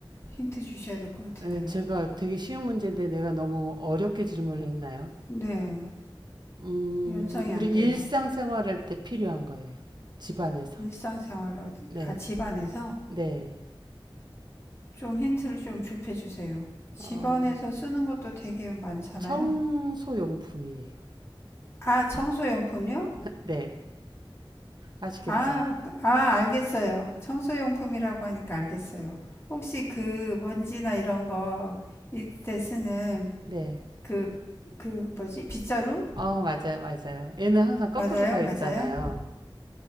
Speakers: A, on the left (about 30°); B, on the right (about 50°).
A: 힌트 주셔야 될 것 같은데요.
B: 에, 제가 되게 쉬운 문제인데 내가 너무 어렵게 질문을 했나요?
A: 네,
B: 음,
A: 연상이
B: 우리
A: 안 돼요.
B: 일상생활할 때 필요한 거예요. 집안에서.
A: 일상생활 어디,
B: 네.
A: 아, 집안에서
B: 네.
A: 좀 힌트를 좀 좁혀주세요. 집안에서
B: 어,
A: 쓰는 것도 되게 많잖아요.
B: 청소용품이에요.
A: 아, 청소용품요?
B: 네. 아시겠죠?
A: 아, 그- 아, 알겠어요. 청소용품이라고 하니까 알겠어요. 혹시 그 먼지나 이런 거 이때 쓰는
B: 네.
A: 그, 그 뭐지? 빗자루?
B: 어, 맞아요. 맞아요. 얘는 항상 거꾸로
A: 맞아요,
B: 서
A: 맞아요,
B: 있잖아요.